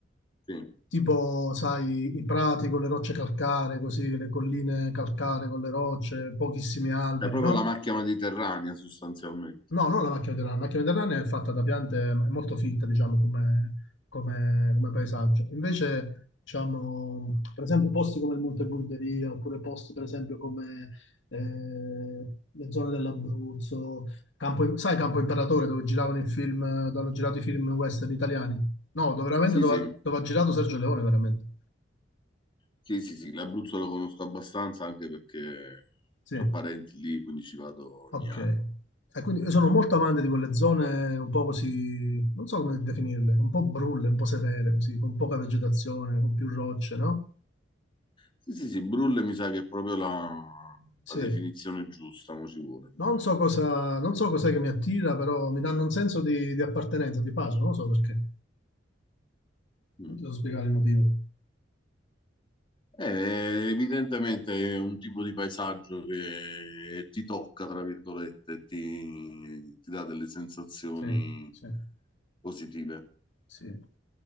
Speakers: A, on the left; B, on the left.
A: Sì. Cioè,
B: Tipo, sai, i prati con le rocce calcaree, così, le colline calcaree con le rocce, pochissimi alberi,
A: proprio
B: no?
A: la macchia mediterranea sostanzialmente.
B: No, non la macchina mediterranea. La macchina mediterranea è fatta da piante, è molto fitta, diciamo, come, come- come paesaggio. Invece, diciamo, per esempio, posti come il Monte Burderia, oppure posti, per esempio, come eh, le zone dell'Abruzzo, Campo- sai Campo Imperatore, dove giravano i film, dove hanno girato i film western italiani? No, dove, veramente
A: Sì,
B: dove,
A: sì,
B: ha dove ha girato Sergio Leone, veramente.
A: sì, sì, sì, l'Abruzzo lo conosco abbastanza anche perché
B: Sì.
A: ho parenti lì, quindi ci vado ogni
B: Ok.
A: anno.
B: E quindi io sono molto amante di quelle zone un po' così, non so come definirle, un po' brulle, un po' severe, così, con poca vegetazione, con più rocce, no?
A: Sì, sì, sì, Brulle mi sa che è proprio la,
B: Sì.
A: la definizione giusta, mo ci vuole.
B: Non so cosa, non so cos'è che mi attira, però mi danno un senso di, di appartenenza, di pace, non lo so perché.
A: Mm.
B: Non ti so spiegare il motivo.
A: Eh, evidentemente è un tipo di paesaggio che ti tocca, tra virgolette, ti, ti dà delle sensazioni
B: Sì, sì,
A: positive.
B: sì.